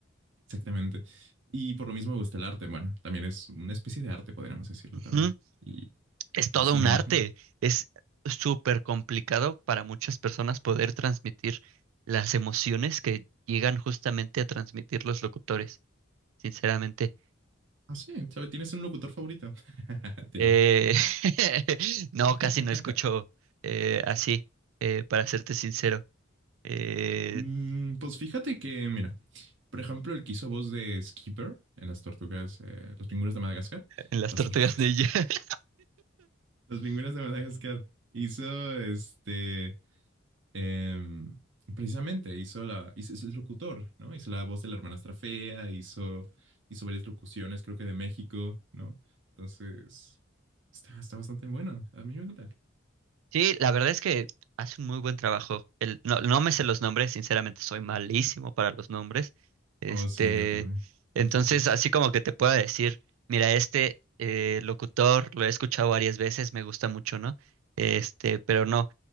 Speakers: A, on the right; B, on the right.
A: Exactamente. Y por lo mismo me gusta el arte. Bueno, también es una especie de arte, podríamos decirlo
B: Ujú.
A: también. Y
B: es todo
A: el cine.
B: un arte.
A: ¿no?
B: Es súper complicado para muchas personas poder transmitir las emociones que llegan justamente a transmitir los locutores, sinceramente.
A: Ah, sí, ¿sabes? Tienes un locutor favorito. <laughs> Tira.
B: Eh, <laughs> no,
A: <laughs>
B: casi no escucho eh, así, eh, para serte sincero, eh,
A: Mm, pues fíjate que, mira, por ejemplo, el que hizo voz de Skipper en las tortugas, eh, los pingüinos de Madagascar,
B: en las
A: las
B: tortugas
A: tortugas,
B: ninja. <laughs>
A: los pingüinos de Madagascar, hizo este Em, precisamente hizo la, hizo, es locutor, ¿no? Hizo la voz de la hermanastra fea, hizo, hizo varias locuciones, creo que de México, ¿no? Entonces, está, está bastante bueno. A mí me encanta.
B: Sí, la verdad es que hace un muy buen trabajo. El, no, no me sé los nombres, sinceramente soy malísimo para los nombres. Este,
A: Oh, sí, yo también.
B: entonces,
A: Y fíjate.
B: así como que te pueda decir, mira, este eh, locutor lo he escuchado varias veces, me gusta mucho, ¿no? Este, pero no,